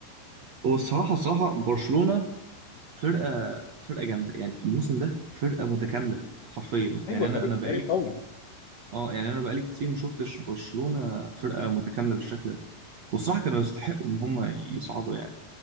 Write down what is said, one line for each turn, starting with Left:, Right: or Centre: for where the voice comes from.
Right: هو الصراحه الصراحه برشلونه فرقه فرقه جامده يعني الموسم ده فرقه متكامله حرفيا
Left: ايوه
Right: يعني انا
Left: فريق
Right: انا بقالي
Left: فريق قوي
Right: اه يعني انا بقالي كتير ما شفتش برشلونه فرقه متكامله بالشكل ده والصراحه كانوا يستحقوا ان هم يصعدوا يعني